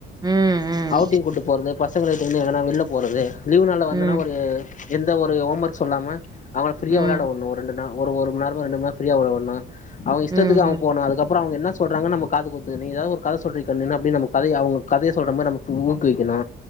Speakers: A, on the right; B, on the left.
A: ம் ம்
B: அவுட்டிங் கூட்டு போறது பசங்கள ஈத்துங்குன்னு எங்கன்னா வெள்ல போறது லீவுனால் வந்தன்னா
A: ம்
B: ஒரு எந்த ஒரு ஹோம் ஒர்க் சொல்லாம அவர ஃப்ரீயா
A: ம்
B: விளாடவுடணு ரெண்டுனா ஒரு ஒரு மண் நேரோமோ ரெண்டு மண் நேரமோ ஃப்ரீ விளாடவுடனு அவுங்க இஷ்டத்துக்கு
A: ம் ம்
B: அவுங்க போனு அதுக்கப் அப்றோ அவுங்க என்ன சொல்றாகாங்கன்னு நம் காது குத்து நீ எதாவுது கத சொல்றிகண்ணு என்ன அப்டின் நம்ம கதைய அவுங்க கதைய சொல்ற மாரி நம்ம ஊக்குவிக்குணு